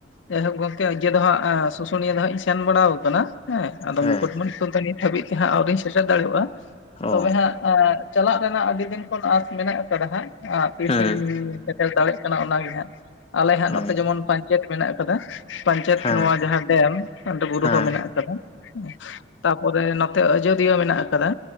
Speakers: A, on the left; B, on the left.
A: ᱡᱟᱭᱦᱳᱠ ᱜᱚᱝᱠᱮ ᱤᱭᱟᱹ ᱫᱚ ᱦᱟᱸᱜ, ᱥᱩᱥᱩᱱᱤᱭᱟᱹ ᱫᱚ ᱦᱟᱸᱜ ᱤᱧ ᱥᱮᱱ ᱵᱟᱲᱟ ᱟᱠᱟᱱᱟ᱾ ᱦᱮᱸ, ᱟᱫᱚ
B: ᱦᱮᱸ
A: ᱢᱩᱠᱩᱴᱢᱩᱱᱤᱯᱩᱨ ᱫᱚ ᱱᱤᱛ ᱦᱟᱹᱵᱤᱡ ᱛᱮ ᱦᱟᱸᱜ ᱟᱹᱣᱨᱤᱧ ᱥᱮᱴᱮᱨ ᱫᱟᱲᱮᱭᱟᱜᱼᱟ ᱾ ᱛᱚᱵᱮ
B: ᱚ
A: ᱦᱟᱸᱜ-ᱟ ᱪᱟᱞᱟᱜ ᱨᱮᱱᱟᱜ ᱟᱹᱰᱤ ᱫᱤᱱ ᱠᱷᱚᱱ ᱟᱸᱥ ᱢᱮᱱᱟᱜ ᱟᱠᱟᱫᱟ ᱦᱟᱸᱜ, ᱛᱤᱥᱤᱧ
B: ᱦᱮᱸ
A: ᱥᱮᱴᱮᱨ ᱫᱟᱲᱮᱭᱟᱜ ᱠᱟᱱᱟ ᱚᱱᱟ ᱜᱮ ᱟᱞᱮ ᱦᱟᱸᱜ
B: ᱦᱮᱸ
A: ᱱᱚᱛᱮ ᱡᱮᱢᱚᱱ ᱯᱟᱧᱪᱮᱛ ᱢᱮᱱᱟᱜ ᱟᱠᱟᱫᱟ᱾ ᱯᱟᱧᱪᱟᱭᱮᱛ
B: ᱦᱮᱸ
A: ᱱᱚᱣᱟ ᱡᱟᱦᱟᱸ ᱰᱮᱢ ᱾ ᱚᱸᱰᱮ ᱵᱩᱨᱩ
B: ᱦᱮᱸ
A: ᱦᱚᱸ ᱢᱮᱱᱟᱜ ᱟᱠᱟᱫᱟ ᱦᱮᱸ᱾ ᱛᱟᱯᱚᱨᱮ ᱱᱚᱛᱮ ᱟᱡᱚᱫᱤᱭᱟᱹ ᱢᱮᱱᱟᱜ ᱟᱠᱟᱫᱟ᱾